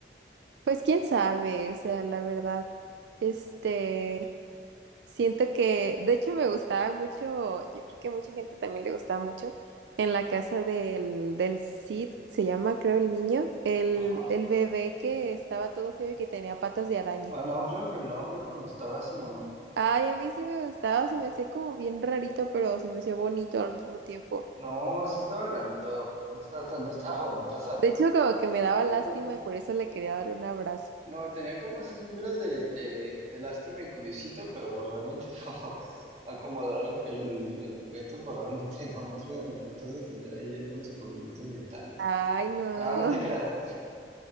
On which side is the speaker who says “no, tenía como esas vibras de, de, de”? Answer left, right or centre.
Right